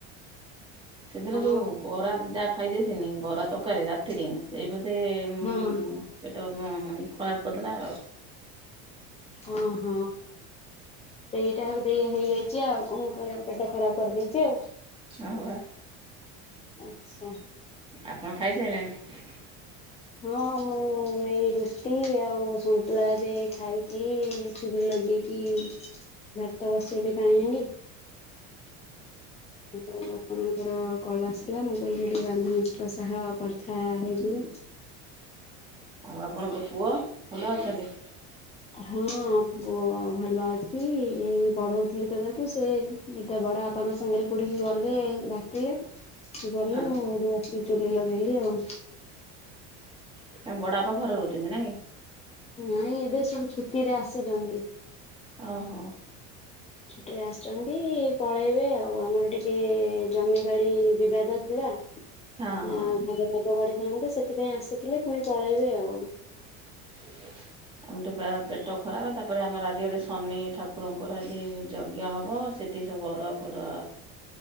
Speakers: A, on the right; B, on the left.
A: ସେଦିନ
B: ଆଉ
A: ଯୋଉ ବରା ଦିଟା ଖାଇ ଦେଇଥିନି, ବରା ତରକାରୀ ରାତିରେ, ସେଇ ବୋଧେ। ଉଁ
B: ହୁଁ।
A: ପେଟ କଁ ଏଇ ଖରାପ କରିଦେଲା ଆଉ।
B: ଅ ହ। ସେଇଟା ବୋଧେ ଇଏ ହେଇ ଯାଇଛି ଆଉ କଁ କରିବା ପେଟ ଖରାପ କରି ଦେଇଛି ଆଉ।
A: ହଁ ବା।
B: ଆଛା।
A: ଆପଣ ଖାଇ ସାଇଲେଣି।
B: ହଁ ମୁଁ ଏଇ ରୁଟି ଆଉ ସନ୍ତୁଳା ଏବେ ଖାଇକି। ଚୁଲି ଲଗେଇକି ଭାତ ବସେଇଲି ପାଣି ହାଣ୍ଡି। ଯୋଉ ଆପଣଙ୍କର କଲ୍ ଆସିଲା ମୁଁ କହିଲି ଟିକେ ବାନ୍ଧବି ଙ୍କ ସହ କଥା ହେଇଯିବା।
A: ଆଉ ଆପଣଙ୍କ ପୁଅ ଭଲ ଅଛନ୍ତି।
B: ହଁ ପୁଅ ଭଲ ଅଛି ଏଇ ପଢଉ ଥିଲି ତ ତାକୁ ସେ। ଏଇ ତା ବଡ ବାପାଙ୍କ ସାଙ୍ଗରେ କୋଉଠି କି ଗଲେ ଡାକିଲେ। ସିଏ ଗଲେ
A: ହଁ
B: ମୁଁ ଏଇଠିବ ସିକି ଚୁଲି ଲଗେଇଲି ଆଉ।
A: ତାଙ୍କ ବଡ ବାପା ଘରେ ରହୁଛନ୍ତି ନାଇ।
B: ନାଇଁ ଏବେ ସବୁ ଛୁଟିରେ ଆସିଛନ୍ତି।
A: ଓହୋ।
B: ଛୁଟିରେ ଆସିଛନ୍ତି ପଳେଇବେ ଆଉ, ଆମର ଟିକେ ଜମିବାଡି ବିବାଦ ଥିଲା।
A: ହଁ ହଁ।
B: ଭାଗ ଭାଗ କରିଥାନ୍ତୁ ସେଥିପାଇଁ ଆସିଥିଲେ ପୁଣି ପଳେଇବେ ଆଉ।
A: <unintelligible> ଆମେ ଟେ ପେଟ ଖରାପ ତାପରେ ଆମର ଆଜି ଗୋଟେ ଶନି ଠାକୁରଙ୍କର ଆଜି ଯଜ୍ଞ ହବ। ସେଠି ସବୁ ଅରୁଆ ପରୁଆ